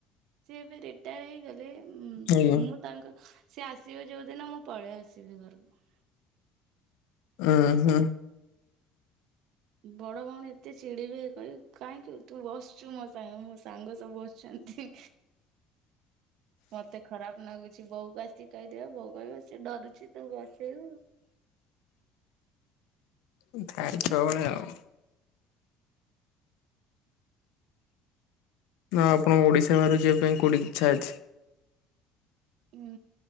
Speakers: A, on the right (about 60°); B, on the left (about 85°).
A: ସେ ଏବେ ରିଟାୟାର ହେଇଗଲେ। ହୁଁ
B: ଆଜ୍ଞା
A: ମୁଁ ତାଙ୍କ ସିଏ ଆସିବେ ଯୋଉଦିନ ମୁଁ ପଳେଇ ଆସିବି ଘରକୁ।
B: ହଁ ହଁ।
A: ବଡ ଭଉଣୀ ଏତେ ଚିଡିବେ କହିବେ କାହିଁକି ତୁ ବସିଛୁ ମୋ ସାଙ୍ଗେ ମୋ ସାଙ୍ଗ ସବୁ ବସିଛନ୍ତି। ମତେ ଖରାପ ଲାଗୁଛି ବୋଉକୁ ଆସି କହିଦେବ, ବୋଉ କହିବ ସେ ଡରୁଛି ତୁ ବସେଇବୁ।
B: <inaudible> ଆଉ ନା ଆପଣଙ୍କୁ ଓଡ଼ିଶା ବାହାରୁ ଯିବା ପାଇଁ କୋଉଠି ଇଚ୍ଛା ଅଛି?
A: ହୁଁ।